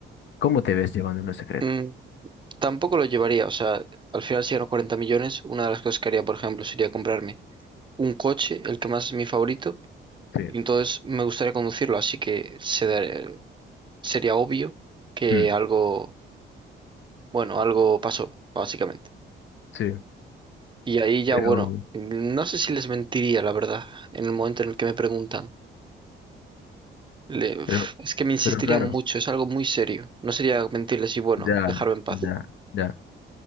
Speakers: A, on the left; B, on the right.
A: ¿Cómo te ves llevándolo en secreto?
B: Mm, tampoco lo llevaría, o sea, al final si gano 40 millones, una de las cosas que haría, por ejemplo, sería comprarme un coche, el que más es mi favorito
A: Sí,
B: Y entonces me gustaría conducirlo, así que se da- sería obvio que
A: mm,
B: algo, bueno, algo pasó, básicamente.
A: sí.
B: Y ahí ya,
A: Pero,
B: bueno, no sé si les mentiría, la verdad, en el momento en el que me preguntan. Le- uf,
A: pero,
B: es que me insistirían
A: pero claro,
B: mucho, es algo muy serio. No sería mentirles y, bueno,
A: ya,
B: dejarme en paz.
A: ya, ya.